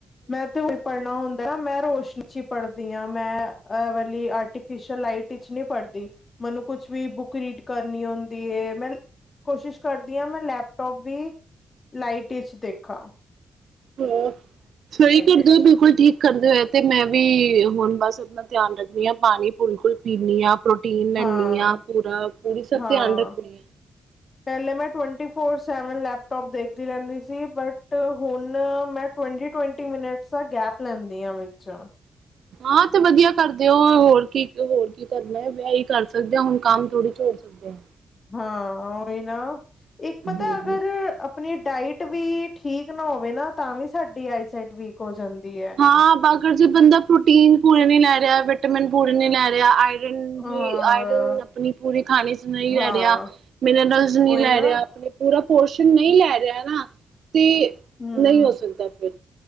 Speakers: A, on the left (about 30°); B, on the right (about 60°).
A: ਮੈਂ ਤੇ ਉਹੀ ਪੜ੍ਹਨਾ ਹੁੰਦਾ ਮੈਂ ਰੋਸ਼ਨੀ ਚ ਹੀ ਪੜ੍ਹਦੀ ਹਾਂ ਮੈਂ ਵਾਲੀ ਆਰਟੀਫਿਸ਼ਲ ਲਾਈਟ ਵਿੱਚ ਨਹੀਂ ਪੜ੍ਹਦੀ ਮੈਨੂੰ ਕੁਛ ਵੀ ਬੁੱਕ ਰੀਡ ਕਰਨੀ ਹੁੰਦੀ ਮੈਂ ਕੋਸ਼ਿਸ਼ ਕਰਦੀ ਹਾਂ ਮੈਂ ਲੈਪਟੋਪ ਵੀ ਲਾਈਟ ਵਿੱਚ ਦੇਖਾ
B: ਹਾਂ ਸਹੀ ਕਰਦੇ
A: ਵਿਚ
B: ਹੋ ਬਿਲਕੁਲ ਠੀਕ ਕਰਦੇ ਹੋਏ ਤੇ ਮੈਂ ਵੀ ਹੁਣ ਬਸ ਆਪਣਾ ਧਿਆਨ ਰੱਖ ਪਾਣੀ ਪੁੰਨ ਕੇ ਪੀਣੀ ਆ ਡਾਈਟਿੰਗ ਲੈਣੀ
A: ਹਾਂ
B: ਆਂ ਪੂਰਾ ਪੂਰੀ ਸਭ
A: ਹਾਂ
B: ਧਿਆਨ ਰੱਖਣੀ ਆ
A: ਪਹਿਲੇ ਮੈਂ ਤੇ ਟਵੱਟੀ ਫੋਰ ਸੈਵਨ ਲੈਪਟੋਪ ਦੇਖਦੀ ਰਹਿੰਦੀ ਸੀ ਬਟ ਹੁਣ ਮੈਂ ਟਵੱਟੀ ਮਿੰਟਸ ਦਾ ਗੈਪ ਲੈਂਦੀ ਆ ਵਿੱਚ
B: ਹਾਂ ਤੇ ਵਧੀਆ ਕਰਦੇ ਹੋ ਹੋਰ ਕੀ ਹੋਰ ਕੀ ਕਰਨਾ <unintelligible> ਕਰ ਸਕਦੇ ਹੋ ਹੁਣ ਕੰਮ ਥੋੜੀ ਸਕਦੇ ਹਾਂ
A: ਹਾਂ ਓਹੀ ਨਾ ਇੱਕ
B: ਹਾਂ।
A: ਪਤਾ ਅਗਰ ਆਪਣੀ ਡਾਇਟ ਵੀ ਠੀਕ ਨਾ ਹੋਵੇ ਨਾ ਤਾਂ ਵੀ ਸਾਡੀ ਆਈਸਾਈਟ ਵੀਕ ਹੋ ਜਾਂਦੀ ਹੈ
B: ਹਾਂ ਬਾਗਰ ਜੇ ਬੰਦਾ ਪ੍ਰੋਟੀਨ ਪੂਰੇ ਨੀ ਲੈ ਰਿਹਾ ਵਿਟਾਮਿਨ ਪੂਰੇ ਨੀ ਲੈ ਰਿਹਾ ਆਈ। ਰਨ ਦੀ
A: ਹਾਂ
B: ਆਇਰਨ ਆਪਣੀ ਪੂਰੇ ਖਾਣੇ ਚ ਨਹੀਂ
A: ਹਾਂ
B: ਲੈ ਰਿਹਾ ਮਿਨਰਲ ਨਹੀਂ
A: ਉਹੀ
B: ਲੈ
A: ਨਾ
B: ਰਿਹਾ ਆਪਣੇ ਪੂਰਾ ਪੋਰਸ਼ਨ ਨਹੀਂ ਲੈ ਰਿਹਾ ਨਾ ਤੇ
A: ਹਮ
B: ਨਹੀਂ ਹੋ ਸਕਦਾ ਫਿਰ